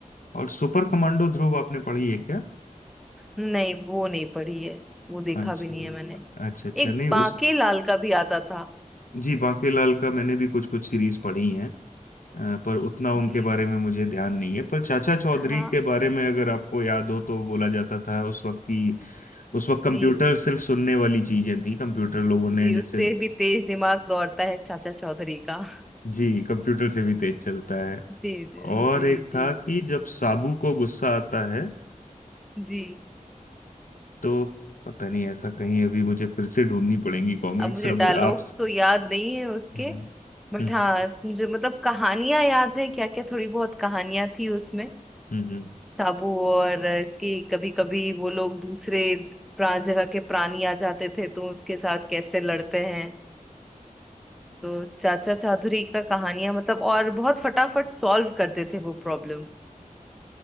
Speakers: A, on the left; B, in the centre.
A: और सुपर कमांडो ध्रुव आपने पढ़ी है क्या
B: नहीं वो नहीं पढ़ी है वो देखा
A: अच्छा
B: भी नहीं है मैंने
A: अच्छा अच्छा
B: एक
A: नहीं
B: बांके
A: उस
B: लाल का भी आता था
A: जी बाकीलाल का मैंने भी कुछ कुछ सीरीज पढ़ी हैं अ, पर उतना उनके
B: जी
A: बारे में मुझे ध्यान नहीं है पर चाचा चौधरी
B: हाँ
A: के बारे में अगर आपको याद हो तो बोला जाता था उस वक्त की उस वक्त कंप्यूटर
B: जी
A: सिर्फ सुनने वाली चीजें थी कंप्यूटर लोगों
B: जी
A: ने जैसे
B: उससे भी तेज दिमाग दौड़ता है चाचा चौधरी का
A: जी कंप्यूटर से भी तेज चलता है
B: जी जी
A: और
B: जी
A: एक
B: जी
A: था कि जब साबू को गुस्सा आता है
B: जी।
A: तो पता नहीं ऐसा कहीं अभी मुझे फिर से ढूंढनी पड़ेंगी कॉमिक्स
B: अब मुझे
A: अब
B: डायलॉग्स
A: आप
B: तो याद नहीं है उसके
A: हम्म
B: बट
A: हम्म
B: हाँ मुझे मतलब कहानियां याद है क्या क्या थोड़ी बहुत कहानियां थी उसमें
A: हम्म, हम्म।
B: साबू और इसकी कभी कभी वो लोग दूसरे प्राण जगह के प्राणी आ जाते थे तो उसके साथ कैसे लड़ते हैं तो चाचा चादुरी का कहानियां मतलब और बहुत फटाफट सॉल्व करते थे वो प्रॉब्लम